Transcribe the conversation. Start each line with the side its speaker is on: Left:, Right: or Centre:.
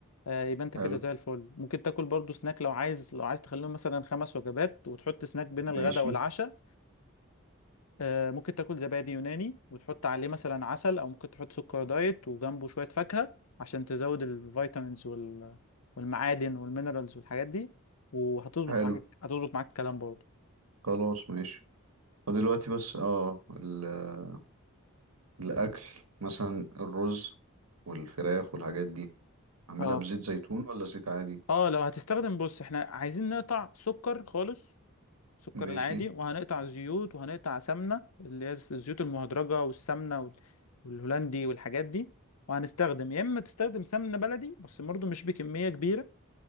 Left: آه، يبقى انت
Right: حلو
Left: كده زي الفل ممكن تاكل برضو سناك لو عايز لو عايز تخليهم مثلا خمس وجبات وتحط سناك بين الغداء
Right: ماشي
Left: والعشاء آه، ممكن تاكل زبادي يوناني وتحط عليه مثلا عسل او ممكن تحط سكر دايت وجنبه شوية فاكهة عشان تزود الفيتامينز وال... والمعادن والمينرالز والحاجات دي وهتظبط
Right: حلو
Left: معاك هتظبط معاك الكلام برضو
Right: خلاص ماشي ودلوقتي بس اه ال- الاكل مثلا الرز والفراخ والحاجات دي اعملها
Left: اه
Right: بزيت زيتون ولا زيت عادي
Left: اه لو هتستخدم بص احنا عايزين نقطع سكر خالص السكر
Right: ماشي
Left: العادي وهنقطع زيوت وهنقطع سمنة اللي هي الزيوت المهدرجة والسمنة وال- والهولندي والحاجات دي وهنستخدم يا إما تستخدم سمنة بلدي بس برضه مش بكمية كبيرة